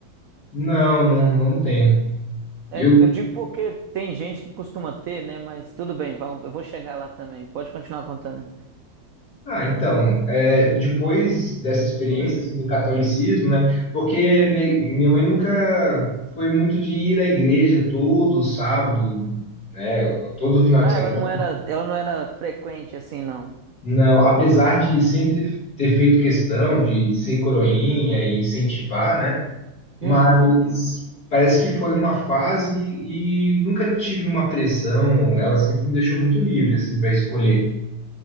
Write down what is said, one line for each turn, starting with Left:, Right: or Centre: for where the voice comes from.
Left: Não, não, não tenho.
Right: É,
Left: Eu,
Right: eu digo porque tem gente que costuma ter, né? Mas tudo bem, vamos, eu vou chegar lá também. Pode continuar contando.
Left: ah, então, é, depois dessa experiência
Right: Hum.
Left: assim, do catolicismo, né? Porque minha, minha mãe nunca foi muito de ir à igreja todo sábado, né? Todo final
Right: Ah,
Left: de semana.
Right: ela não era, ela não era frequente assim, não.
Left: Não, apesar de sempre ter feito questão de ser coroinha e incentivar, né? Mas
Right: Uhum.
Left: parece que foi uma fase e nunca tive uma pressão. Ela sempre me deixou muito livre assim para escolher,